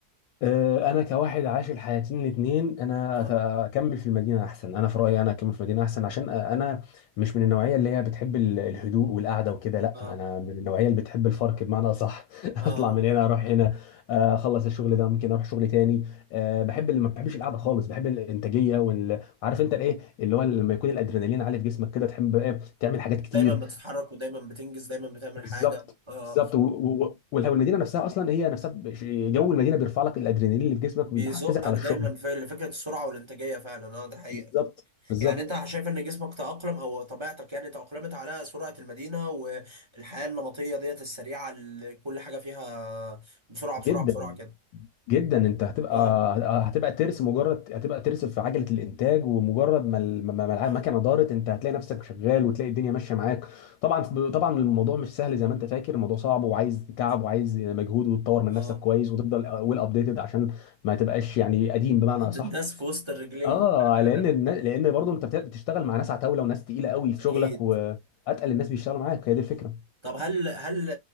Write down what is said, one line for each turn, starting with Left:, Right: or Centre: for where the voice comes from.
Left: آه، انا كواحد عايش الحياتين الاثنين انا
Right: اه
Left: أت- اكمل في المدينه احسن انا في رايي انا اكمل في المدينه احسن عشان انا مش من النوعيه اللي هي بتحب ال- الهدوء والقعده وكده لا
Right: اه
Left: انا من النوعيه اللي بتحب الفرق بمعنى اصح <laughs>
Right: اه
Left: اطلع
Right: اه
Left: من هنا اروح هنا آه، اخلص الشغل ده ممكن اروح شغل تاني آه، بحب اللي ما بحبش القعده خالص بحب الانتاجيه وال- وعارف انت الايه اللي هو لما يكون الادرينالين عالي في جسمك كده تحب بقى إيه؟ تعمل حاجات
Right: دايما
Left: كتير
Right: بتتحرك ودايما بتنجز دايما بتعمل
Left: بالظبط
Right: حاجه اه
Left: بالظبط
Right: آه.
Left: و- و- ولو المدينه نفسها اصلا هي نفسها بش- جو المدينه بيرفع لك الادرينالين اللي في جسمك
Right: بيزقك
Left: بيحفزك على
Right: دايما
Left: الشغل
Right: في فكره السرعه والانتاجيه فعلا اه ده حقيقه
Left: بالظبط بالظبط
Right: يعني انت شايف ان جسمك تاقلم او طبيعتك يعني تاقلمت على سرعه المدينه والحياه النمطيه ديت السريعه اللي كل حاجه فيها بسرعه بسرعه
Left: جدا
Right: بسرعه كده
Left: جدا انت هتبقى
Right: اه
Left: هتبقى ترس مجرد هتبقى ترس في عجله الانتاج ومجرد ما ال- ما ما
Right: اه
Left: المكنه دارت انت هتلاقي نفسك شغال وتلاقي الدنيا ماشيه معاك طبعا طبعا الموضوع مش سهل زي ما انت فاكر الموضوع صعب وعايز تعب
Right: اكيد
Left: وعايز مجهود وتطور من نفسك
Right: اه
Left: كويس وتفضل ويل ابديتد عشان ما تبقاش يعني قديم بمعنى
Right: هتنداس
Left: صح
Right: في وسط الرجلين
Left: اه
Right: <laughs>
Left: لان النا- لان برضه انت بت- بتشتغل مع ناس عتاوله وناس تقيله قوي في
Right: اكيد
Left: شغلك واتقل الناس بيشتغلوا معاك هي دي الفكره
Right: طب هل هل